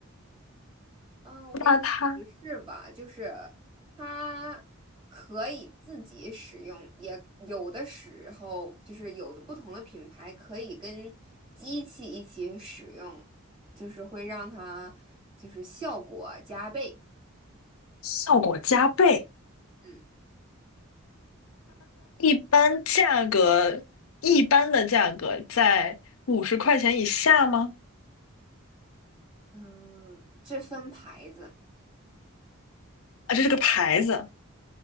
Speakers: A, on the right; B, on the left.
A: 嗯，我给你提示吧，
B: 那它
A: 就是它可以自己使用，也有的时候就是有的不同的品牌可以跟机器一起使用，就是会让它就是效果加倍。
B: 效果加倍，
A: 嗯
B: 一般价格，一般的价格在五十块钱以下吗？
A: 嗯，这分牌子，
B: 啊，这是个牌子